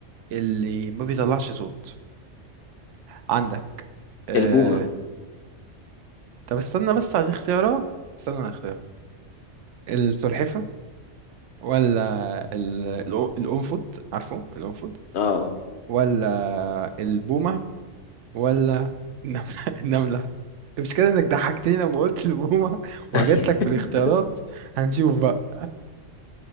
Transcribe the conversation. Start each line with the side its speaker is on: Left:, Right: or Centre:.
Right: اللي ما بيطلعش صوت عندك أه...
Left: البومة
Right: طب استنى بس على الاختيارات استنى على الاختيارات السلحفه ولا ال... الأ- الانفود عارفه الانفود
Left: اه اه
Right: ولا البومه ولا النمله <laughs> النمله مش كده انك ضحكتني لما قلت البومه وجات
Left: <laughs>
Right: لك في الاختيارات هنشوف بقى